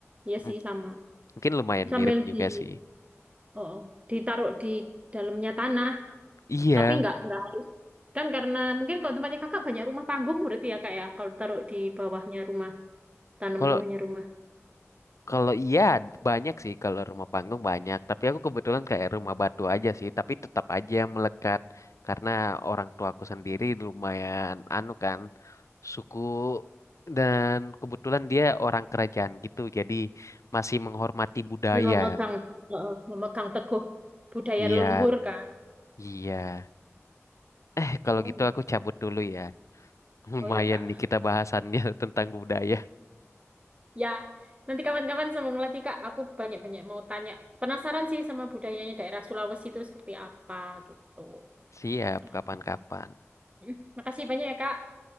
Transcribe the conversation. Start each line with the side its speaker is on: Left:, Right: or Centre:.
Right: Iya
Left: M-
Right: sih sama.
Left: Mungkin lumayan
Right: Sambil
Left: mirip juga
Right: di
Left: sih.
Right: oh, oh. ditaruh di dalamnya tanah,
Left: Iya,
Right: tapi nggak nggak harus kan karena mungkin kalau tempatnya kakak banyak rumah panggung berarti ya kak ya kalau taruh di bawahnya rumah tanam
Left: kalau
Right: di bawahnya rumah
Left: kalau iya banyak sih kalau rumah panggung banyak, tapi aku kebetulan kayak rumah batu aja sih, tapi tetap aja melekat karena orang tuaku sendiri lumayan anu kan suku dan kebetulan dia orang kerajaan gitu, jadi masih menghormati budaya.
Right: Dan memegang eh, memegang teguh budaya
Left: Iya,
Right: leluhur kan.
Left: iya. Eh, kalau
Right: Oh
Left: gitu
Right: gitu.
Left: aku cabut dulu ya. Lumayan
Right: Oh ya Kak.
Left: nih kita bahasannya <laughs> tentang budaya.
Right: Ya, nanti kawan-kawan sambung lagi Kak. Aku banyak-banyak mau tanya. Penasaran sih sama budayanya daerah Sulawesi itu seperti apa gitu.
Left: Siap,
Right: Ya udah.
Left: kapan-kapan.
Right: Hmm, Makasih banyak ya Kak.